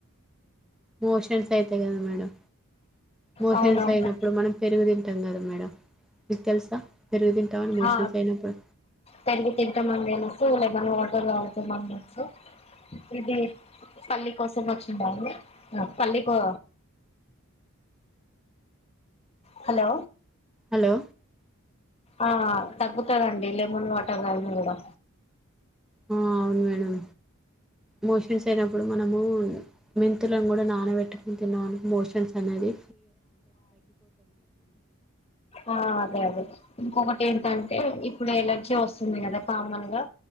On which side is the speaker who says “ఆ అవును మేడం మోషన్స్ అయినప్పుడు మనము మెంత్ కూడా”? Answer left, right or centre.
Centre